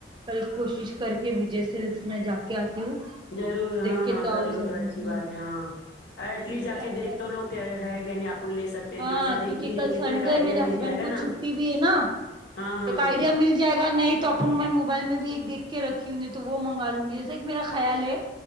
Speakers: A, on the right (about 25°); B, on the left (about 75°).
A: کل کوشش کر کے وجے سیلس میں جا کے آتی ہوں
B: ضرور ہاں
A: دیکھ کے
B: ہاں کر
A: آؤ
B: لو
A: ضرور
B: تو اچھی بات ہے ہاں اٹلیسٹ جاکے
A: چار
B: دیکھ
A: پانچ
B: تو لو کیا ہے کہ نہیں اپن لے سکتے ہیں
A: ہاں
B: نہیں ویسا دیکھ
A: کیونکہ
B: بھی لیں
A: کل
B: گے
A: سنڈے
B: تو ایک آئیڈیا
A: میرے
B: مل
A: ہسبینڈ
B: جائے گا
A: کو
B: نا
A: چھٹی بھی ہے نا
B: ہاں ہاں
A: ایک
B: ہاں
A: آئیڈیا
B: ہوں
A: مل جائے گا نہیں تو اپن میں موبائل میں بھی ایک دیکھ کے رکھی ہوں نے تو وہ منگا لوں گی جیسا ایک میرا خیال ہے